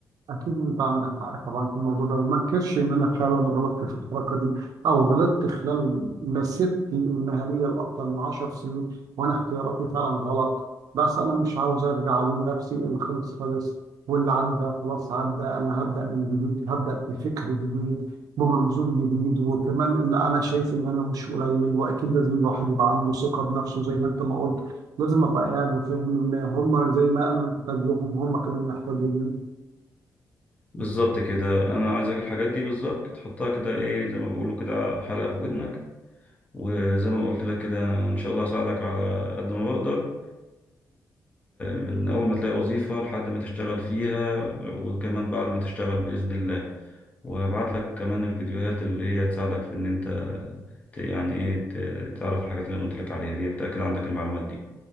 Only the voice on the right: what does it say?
أكيد أنت عندك حق طبعا في الموضوع ده وما انكرش إن أنا فعلا غلطت في الحركة دي أو غلطت خلال مسيرتي المهنية لأكثر من 10 سنين وأنا اختياراتي فعلا غلط بس أنا مش عاوز أرجع ألوم نفسي اللي خلص خلص واللي عدى خلاص عدى أنا هبدأ من جديد هبدأ بفكر جديد بمنظور جديد وكمان إن أنا شايف إن أنا مش قليل وأكيد لازم الواحد يبقى عنده ثقة بنفسه زي ما أنت ما قلت لازم أبقى قاعد وفاهم إن هم زي ما أنا محتاج لهم هم كمان محتاجين لي،